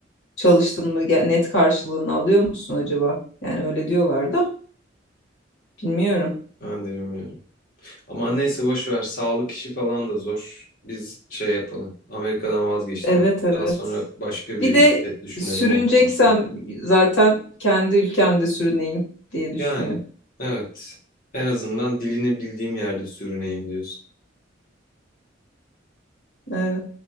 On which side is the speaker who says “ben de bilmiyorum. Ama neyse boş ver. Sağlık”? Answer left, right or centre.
Left